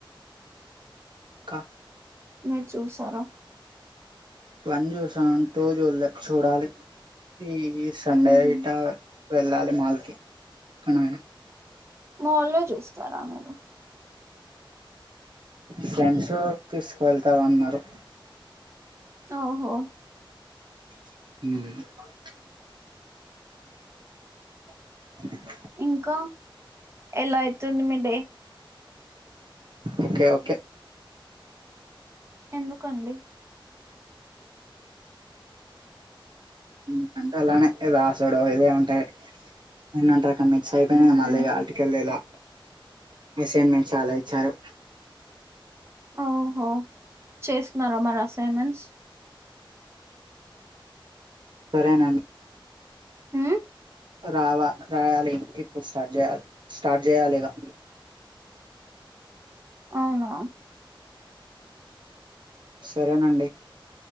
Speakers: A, on the right; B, on the right.
A: ఇంకా
B: మీర్ చూసారా
A: వన్ చూసా టూ చూలే చూడాలి ఈ సండేయిటా
B: ఉహు
A: వెళ్ళాలి మాల్కి కనీ
B: మాల్లో చూస్తారా మీరు
A: ఫ్రెండ్స్ తీసుకువెళ్తారు అన్నారు
B: ఓహో
A: మ్ <inaudible>
B: ఇంకా ఎలా అవుతుంది మీ డే
A: ఓకే ఓకే
B: ఎందుకండి
A: ఇకంతే అలానే ఏదో ఆసడ ఏదో ఉంటాయి నిన్నంతా ఇ <unintelligible> అయిపోయినా
B: ఉహు
A: మళ్ళీ ఆర్టికల్ ఇలా అసైన్మెంట్స్ చాలా ఇచ్చారు
B: ఓహో చేస్తున్నారా మరి అసైన్మెంట్స్
A: సరేనండి
B: హు
A: రావా రాయాలి ఇప్పుడు స్టార్ట్ చేయాలి స్టార్ట్ చేయాలి ఇక
B: అవునా
A: సరేనండి